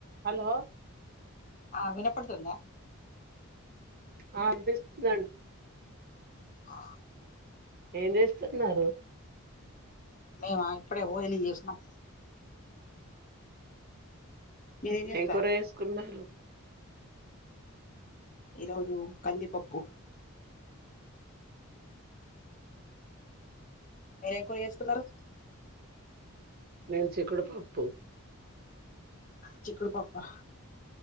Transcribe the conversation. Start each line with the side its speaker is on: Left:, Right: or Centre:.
Right: హలో
Left: ఆ వినపడుతుందా
Right: ఆ వినిపిస్తుందండి
Left: ఆ
Right: ఏం చేస్తున్నారు
Left: మేమా ఇప్పుడే భోజనం చేసినాం మీరేం చేస్తారు
Right: ఏం కూర చేసుకున్నారు
Left: ఈరోజు కందిపప్పు మీరు ఏం కూర చేసుకున్నారు
Right: నేను చీకుడు పప్పు
Left: చిక్కుడు పప్పు ఆ